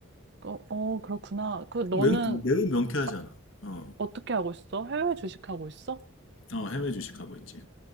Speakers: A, on the right; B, on the left.
A: 어, 어, 그렇구나. 그, 너는
B: 명- 매우 명쾌하잖아.
A: 바-
B: 어,
A: 어떻게 하고 있어? 해외 주식하고 있어?
B: 어, 해외 주식하고 있지.